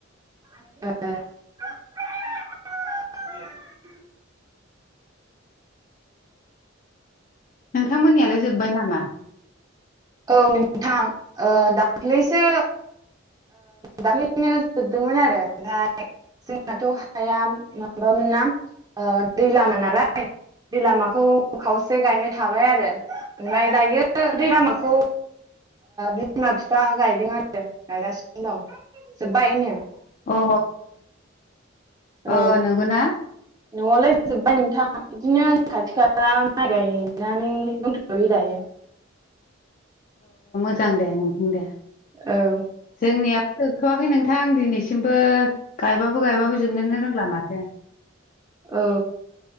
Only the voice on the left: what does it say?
नोंथांमोननियालाय जोबबाय नामा
अ अ
नंगौना
सिगां दे नोंथां दे
जोंनियाबो जोबथ'वाखै नोंथां आं दिनैसिमबो गायबाबो गायबाबो जोबनोनो रोंला माथो दे